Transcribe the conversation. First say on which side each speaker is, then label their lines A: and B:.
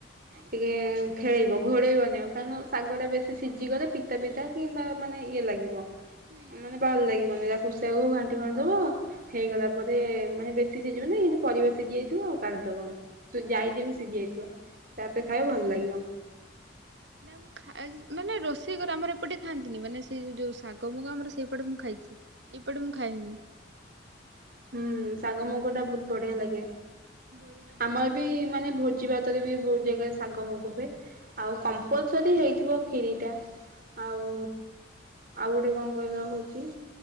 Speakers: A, on the right (about 50°); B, on the right (about 65°).
A: ଟିକେ ଖେଳେଇବ ଘୋଡ଼େଇବନି ଆଉ କାରଣ ଶାଗଟା ବେଶୀ ସିଝିଗଲେ ପିତା ପିତା କିମ୍ବା ମାନେ ଇଏ ଲାଗିବ
B: ହୁଁ।
A: ମାନେ ଭଲ ଲାଗିବନି ତାକୁ <unintelligible> ଘାଣ୍ଟିଘାଣ୍ଟିଦବ। ହେଇଗଲା ପରେ ମାନେ ବେଶୀ ସିଝିବନି ଯେ ପରିବା ସିଝି ଯାଇଥିବ କାଢିଦବ। ସେ ଯାଇ ଯେମିତି ସିଝି ଯାଇଥିବ ତାପରେ
B: ହଁ।
A: ଖାଇବ ଭଲ ଲାଗିବ।
B: ନା ମୁଁ ଖାଇଚି ମାନେ ରୋଷେଇ କରେ ଆମର ଏପଟେ ଖାଆନ୍ତିନି ମାନେ ସେ ଯୋଉ ଶାଗ ମୁଗ ଆମର ସେଇପଟେ ମୁଁ ଖାଇଚି। ଏପଟେ ମୁଁ ଖାଇନି।
A: ହୁଁ ଶାଗ ମୁଗଟା ବୋହୁତ୍ ବଢିଆ ଲାଗେ
B: ବଢିଆ ଲାଗିବ
A: ଆମରବି ମାନେ ଭୋଜିି ଭା ତରେ ବି ବୋହୁତ୍ ଜାଗାରେ ଶାଗମୁଗ ହୁଏ ଆଉ କମ୍ପଲସରି ହେଇଥିବ କ୍ଷିରିଟା ଆଉ ଆଉ ଗୋଟେ କଣ କହିଲ ହୋଉଚି